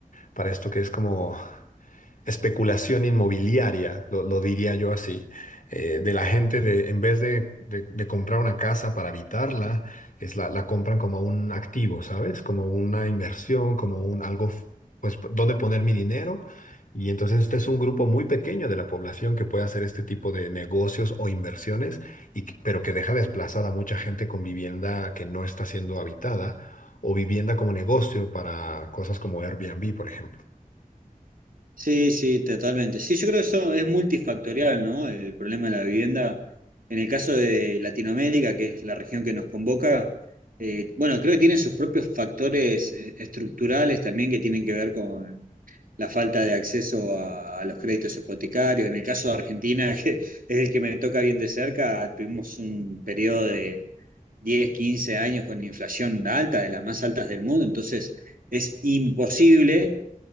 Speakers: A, on the left; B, on the right.
A: para esto que es como especulación inmobiliaria, lo, lo diría yo así, eh, de la gente de, en vez de, de- de comprar una casa para habitarla, es la, la compran como un activo, ¿sabes? Como una inversión, como un algo, f- pues, p- dónde poner mi dinero. Y entonces este es un grupo muy pequeño de la población que puede hacer este tipo de negocios o inversiones, y, que- pero que deja desplazada a mucha gente con vivienda que no está siendo habitada o vivienda como negocio para cosas como Airbnb, por ejemplo.
B: Sí, sí, totalmente. Sí, yo creo que eso es multifactorial, ¿no? El problema de la vivienda. En el caso de Latinoamérica, que es la región que nos convoca, eh, bueno, creo que tienen sus propios factores eh, estructurales también que tienen que ver con la falta de acceso a, a los créditos hipotecarios. En el caso de Argentina, <laughs> que es el que me toca bien de cerca, tuvimos un periodo de 10, 15 años con inflación alta, de las más altas del mundo, entonces es imposible